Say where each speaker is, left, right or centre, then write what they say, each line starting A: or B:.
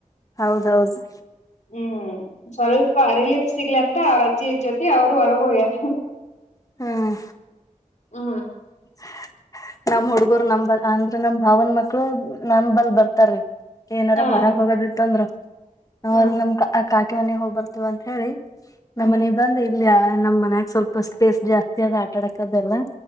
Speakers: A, on the left; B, on the left.
A: ಹೌದೌದು
B: ಹ್ಮ್ ಸ್ವಲ್ಪ ರಿಲೀಫ್ ಸಿಗ್ಲಿ ಅಂತ ಅವ್ರ ಅಜ್ಜಿ ಜೊತೆ ಅವ್ರು ಹೊರಗೆ ಹೋಗ್ಯಾರ
A: ಹ್ಮ್
B: ಹಾ
A: <inaudible> ನಮ್ ಹುಡುಗರು ನಮಲ್ ಅಂದ್ರೆ ನಮ್ ಭಾವನ್ ಮಕ್ಳು ನಮ್ಮ ಬಲ್ ಬರ್ತಾರ ಏನಾರ
B: ಹಾ
A: ಹೊರಗೆ ಹೋಗೋದಿತ್ತ ಅಂದ್ರು ನಾವಲ್ಲಿ
B: ಹಾ
A: ನಮ್ ಆ ಕಾಕೆ ಮನೆಗ್ ಹೋಗ್ ಬರ್ತಿವಂತ ಹೇಳಿ
B: ಹಾ
A: ನಮ್ಮ್ ಮನೆ ಬಂದ ಇಲ್ಯ ನಮ್ಮ್ ಮನ್ಯಾಗ ಸ್ವಲ್ಪ ಸ್ಪೇಸ್ ಜಾಸ್ತಿ ಅದ ಆಟಾಡಕದೆಲ್ಲ